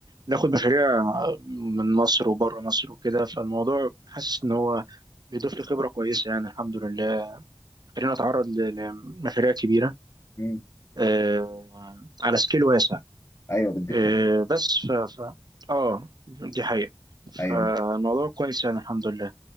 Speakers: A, on the right (about 55°); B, on the left (about 35°).
A: ناخد مشاريع من مصر وبره مصر وكده فالموضوع حاسس ان هو بيضيف لي خبره كويسه يعني الحمد لله خلينا اتعرض ل- لمشاريع كبيره
B: مم.
A: آه، على سكيل واسع
B: ايوه بديك
A: آه، بس ف ف اه دي حقيقه
B: ايوه
A: فالموضوع كويس يعني الحمد لله